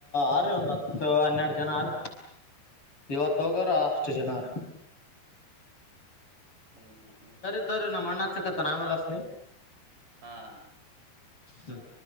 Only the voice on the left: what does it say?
ಆರಿ ಒಂದ್ ಹತ್ತ ಹನ್ನೆರಡ ಜನ ಆರ್ರಿ ಇವತ್ತ ಹೋಗರ ಅಷ್ಟ ಇಷ್ಟ ಜನಾರಿ
ಸರ್ ರೀ ನಮ್ಮಣ್ಣ ಹಚಕತ ನ ಆಮೇಲ ಅಚ್ಚತ್ತಿನಿ
ಹ್ಮ್.